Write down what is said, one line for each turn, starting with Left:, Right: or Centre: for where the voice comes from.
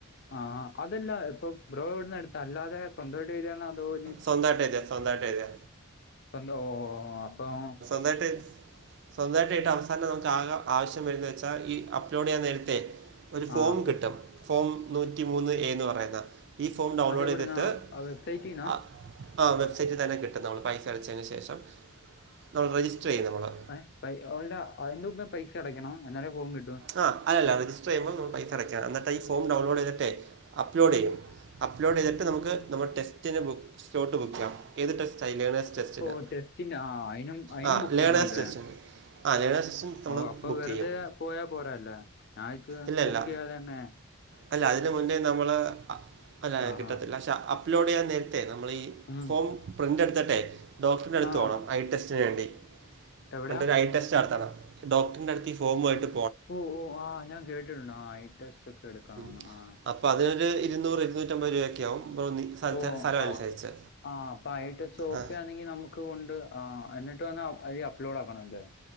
Left: ആഹ അതല്ല ഇപ്പൊ ബ്രോ ഇവിടുന്ന എടുത്ത് അല്ലാതെ സ്വന്തം രീതിയാണോ അതോ ഇനി
Right: സ്വന്തായിട്ടെഴ്തിയ സ്വന്തായിട്ടെതിയ
Left: അപ്പെന്താ ഓ ഓ അപ്പം
Right: ന്നിട്ട് സ്വന്തമായിട്ടായിട്ട് അവസാനം നമുക്ക് ആക ആവശ്യം വരന്ന് വച്ചാൽ ഈ അപ്ലോഡ് ചെയ്യാൻ നേരത്തെ ഒരു ഫോം
Left: ആ
Right: കിട്ടും ഫോം നൂറ്റിമൂന്ന് എ എന്ന് പറയുന്നെ. ഈ ഫോം ഡൗൺലോഡ്
Left: അതെവിടുന്നാ
Right: ചെയ്തിട്ട്
Left: വെബ്സൈറ്റിൽ നിന്നാ
Right: ആ ആ വെബ്സൈറ്റിൽ തന്നെ കിട്ടും നമ്മള് പൈസ അടച്ചേന് ശേഷം നമ്മൾ രജിസ്റ്റർ ചെയ്യുന്നു നമ്മള്.
Left: എ അവ്ട അതിന്റെ മുമ്പേ പൈസ അടയ്ക്കണം എന്നാലേ ഫോം കിട്ടൂ?
Right: ആ അല്ലല്ല റജിസ്റ്റർ ചെയുമ്പൾമ്മൾ പൈസ അയ്ക്കാ എന്നട്ട് ഈ ഫോം ഡൗൺലോഡ് ചെയ്തിട്ടെ അപ്ലോഡ് ചെയ്യും. അപ്ലോഡ് ചെയ്തിട്ട് നമക്ക് നമ്മ ടെസ്റ്റിന് സ്ലോട്ട് ബുക്കെയ്യാം. ഏത് ടെസ്റ്റ് ആയി ലേണേഴ്സ് ടെസ്റ്റിന്
Left: ഓ ടെസ്റ്റിൻ്റെ ആ അതിനും അതിനും
Right: ആ
Left: ബുക്ക്
Right: ലേണേഴ്സ്
Left: ചെയ്യണമല്ലേ
Right: ടെസ്റ്റ്. ആഹ് ലേണേഴ്സ്.
Left: ഓ അപ്പൊ
Right: ബുക്ക്
Left: വെറുതെ
Right: ചെയ്യും
Left: പോയാ പോരാല്ലേ ഞാവിചാര്ച്ച്
Right: ഇല്ല
Left: ബുക്ക്
Right: ഇല്ല
Left: ചെയ്യാതെന്നെ.
Right: അല്ല അതിന് മുന്നേ നമ്മള് അല്ല
Left: ആഹാ
Right: കിട്ടത്തില്ല പക്ഷെ. അപ്ലോഡ് ചെയ്യാൻ നേരത്തെ നമ്മളീ
Left: ഉം
Right: ഫോം പ്രിൻറ് എടുത്തിട്ടെ ഡോക്യുമെൻ്റ് എടുത്ത്
Left: ആ
Right: പോണം. ഐ ടെസ്റ്റിന് വേണ്ടി
Left: എവിടെയാ
Right: അൻ്റൊരു ഐ ടെസ്റ്റ് നടത്തണം ഡോക്ടറിൻ്റ അടുത്ത് ഫോം ആയിട്ട്
Left: ഓ ഓ ആഹ് ഞാൻ കേട്ടിട്ടുണ്ട് ആ ഐ ടെസ്റ്റ് ഒക്കെ. എടുക്കണമെന്ന്
Right: ഉം
Left: ആ
Right: അപ്പൊ അതിനൊരു ഇരുന്നൂറ് ഇരുന്നൂറ്റമ്പത് രൂപൊക്കെ ആവും. സ്ഥലത്തെ
Left: ഓ
Right: സ്ഥലം അനുസരിച്ച്
Left: ആ ആ അപ്പൊ ഐ ടെസ്റ്റ്
Right: ആ
Left: ഓക്കെ ആണെങ്കിൽ നമക്ക് കൊണ്ട് എന്നിട്ട് വന്ന് അതി അപ്ലോഡ് ആക്കണം ലേ?